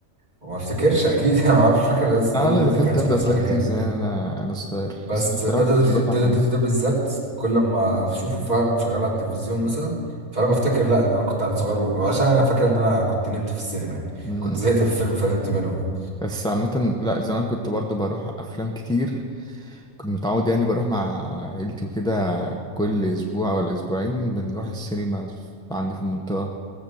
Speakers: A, on the right; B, in the centre.
A: وما افتكرش اكيد <laughs> انا ما اعرفش فاكر بس
B: اه
A: دادا
B: لا
A: دودي
B: دخلت
A: كان كان
B: ارض افلام
A: سنه
B: كتير
A: كام
B: زمان انا انا صغير
A: بس
B: بس بصراحه
A: دادا
B: ما كنتش
A: دودي
B: بفهم
A: دادا
B: حاجه
A: دودي ده بالذات كل ما اشوفه فاهم شغال على التلفزيون مثلا فانا بفتكر لا ان انا كنت عيل صغير وعشان انا فاكر ان انا كنت نمت في السينما يعني
B: مم.
A: كنت زهقت في الفيلم فنمت منه يعني.
B: بس عامه لا زمان كنت برضو بروح افلام كتير كنت متعود يعني بروح مع عيلتي وكده كل اسبوع ولا اسبوعين بنروح السينما عندي في المنطقه